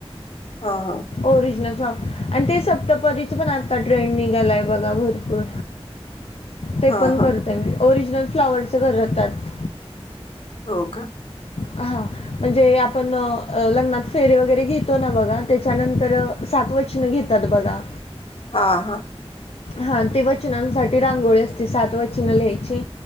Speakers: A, on the left; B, on the left.
A: हां, हां.
B: ओरिजनल सॉ आणि ते सप्तपदीच पण आता ट्रेन निघालाय बघा भरपूर. ते
A: हां,
B: पण
A: हां.
B: करते मी ओरिजिनल फ्लॉवरचे करतात.
A: हो का?
B: हा म्हणजे आपण लग्नात फेरे वगैरे घेतो ना बघा त्याच्यानंतर सात वचन घेतात बघा.
A: हा हां
B: हा ते वचनांसाठी रांगोळी असते सात वचनं लिहायची